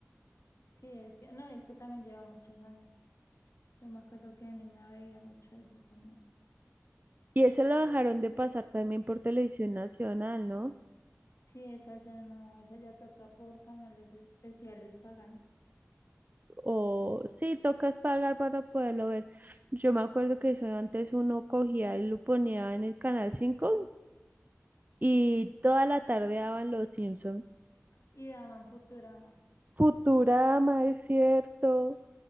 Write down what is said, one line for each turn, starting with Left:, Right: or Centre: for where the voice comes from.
Left: Sí, es que, no, es que también lleva muchos años. Yo me acuerdo que de niña veía mucho eso también.
Right: Y ese lo dejaron de pasar también por televisión nacional, ¿no?
Left: Sí, esa ya no, esa ya toca por canales especiales pagando.
Right: O sí, tocas pagar para poderlo ver. Yo me acuerdo que eso antes uno cogía y lo ponía en el canal 5 y toda la tarde daban Los Simpson.
Left: Y daban Futurama.
Right: Futurama, es cierto.